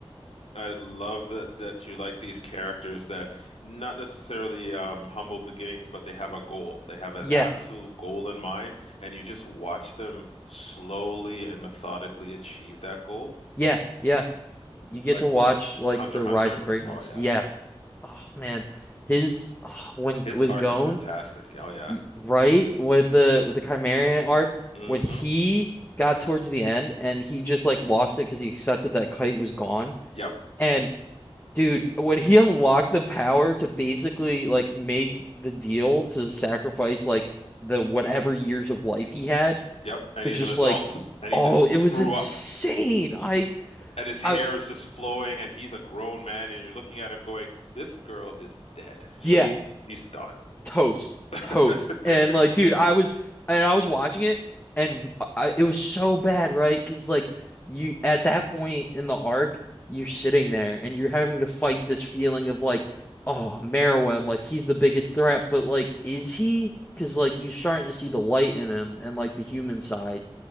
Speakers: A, on the left; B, on the left.
A: I love that that you like these characters that not necessarily um, humble beginnings, but they have a goal. They have an
B: Yeah,
A: absolute goal in mind, and you just watch them slowly and methodically achieve that goal.
B: yeah, yeah. You get
A: like
B: to watch
A: with
B: like
A: Hunter
B: their
A: x Hunter.
B: rise to greatness.
A: Oh yeah,
B: Yeah. Oh man, his oh, when
A: his
B: with
A: arc
B: Gon.
A: is fantastic. Oh yeah.
B: y- right with the with the Chimerian arc
A: hmm
B: when he got towards the end and he just like lost it because he accepted that kite was gone.
A: Yep.
B: And dude, when he <laughs> unlocked the power to basically like make the deal to sacrifice like the whatever years of life he had
A: Yep. And
B: to
A: he's
B: just
A: an adult,
B: like,
A: and he
B: oh,
A: just
B: it was
A: grew
B: insane.
A: up,
B: I
A: and his hair
B: I
A: is just flowing, and he's a grown man, and you're looking at him going, "This girl is dead. She
B: yeah.
A: she's done."
B: toast,
A: <laughs>
B: toast. And like, dude, I was and I was watching it and I, it was so bad, right? Because like you at that point in the arc, you're sitting there and you're having to fight this feeling of like, oh, Meruem, like he's the biggest threat, but like, is he? Because like you're starting to see the light in him and like the human side,